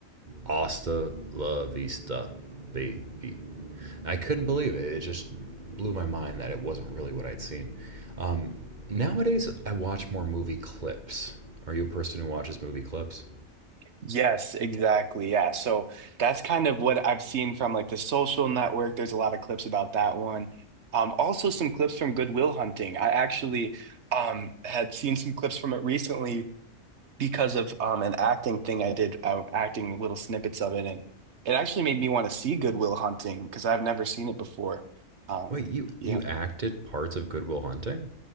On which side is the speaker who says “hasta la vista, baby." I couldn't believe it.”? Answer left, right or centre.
Right